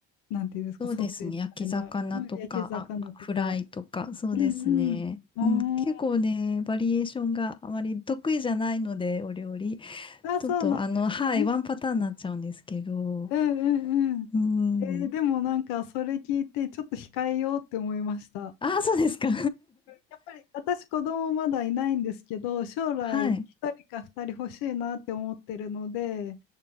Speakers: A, on the left; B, on the left.
A: なんていうんですか、
B: そうですね。
A: ソテーみたいな、
B: 焼き魚とか、
A: うん、焼き魚とか。
B: あ、フライとか、そうですね。
A: うん、うん。
B: うん、結構ね、
A: おー、
B: バリエーションがあまり得意じゃないので、お料理。
A: あ、
B: ちょっと、
A: そうなんですね。
B: あの、はい、ワンパターンになっちゃうんですけど。
A: うんうんうん。
B: うん。
A: えーでもなんかそれ聞いてちょっと控えようって思いました。
B: ああ、そうですか。
A: やっぱり私子供まだいないんですけど、将来一人か二人欲しいなって思ってるので、
B: <laughs> はい。